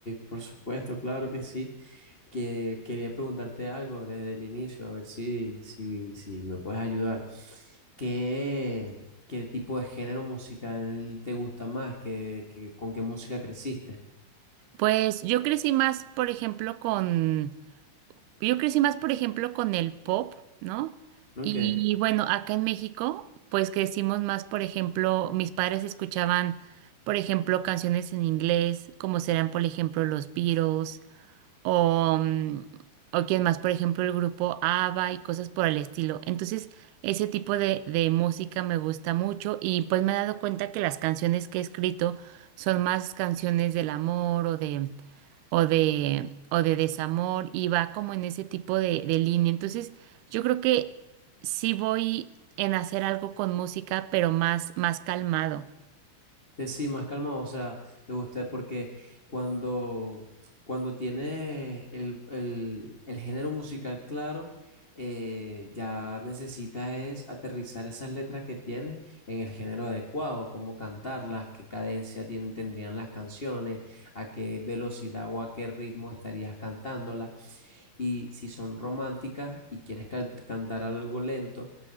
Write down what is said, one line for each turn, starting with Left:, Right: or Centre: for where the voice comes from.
Left: por supuesto, claro que sí. Que quería preguntarte algo desde el inicio, a ver si, si, si me puedes ayudar. ¿Qué, qué tipo de género musical te gusta más? ¿Qué, qué- con qué música creciste?
Right: Pues yo crecí más, por ejemplo, con Yo crecí más, por ejemplo, con el pop, ¿no?
Left: Ok.
Right: Y bueno, acá en México, pues crecimos más, por ejemplo, mis padres escuchaban, por ejemplo, canciones en inglés, como serán, por ejemplo, los Beatles, o, mm, o quién más, por ejemplo, el grupo ABBA y cosas por el estilo. Entonces, ese tipo de, de música me gusta mucho y pues me he dado cuenta que las canciones que he escrito son más canciones del amor o de o de, o de desamor y va como en ese tipo de, de línea. Entonces, yo creo que sí voy en hacer algo con música, pero más, más calmado.
Left: Eh, Sí, más calmado, o sea, te gusta, porque cuando, cuando tienes el, el- el género musical claro, eh, ya necesitas es aterrizar esas letras que tienes en el género adecuado, cómo cantarlas, qué cadencia tienen, tendrían las canciones, a qué velocidad o a qué ritmo estarías cantándolas. Y si son románticas y quieres can- cantar algo lento,